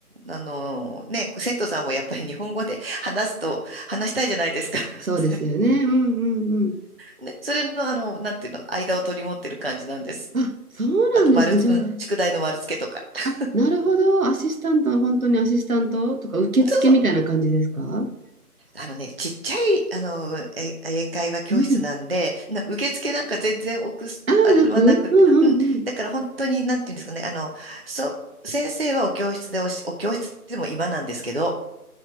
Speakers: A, on the right; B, on the right.
A: あの、ね、生徒さんもやっぱり日本語で話すと、話したいじゃないですか。
B: あ、そうですよね。
A: <laughs>
B: うんうん
A: ね、それの、あの、なんていうの、間を取り持ってる感じなんです。
B: あ、そうなんですね。
A: あと、丸つ、
B: じゃあ、
A: うん、宿題の丸付けとか。<laughs>
B: あ、なるほど。アシスタントは本当にアシスタントとか受付みたいな感じですか
A: そうそうあのね、ちっちゃい、あの、え英会話教室なんで、
B: うん。
A: な、受付なんか全然置くす、
B: ああ、
A: あれはなくて、
B: 楽うんうんうん。
A: うん。だから本当に、なんていうんですかね、あの、そう、先生はお教室でおし、お教室って言っても今なんですけど、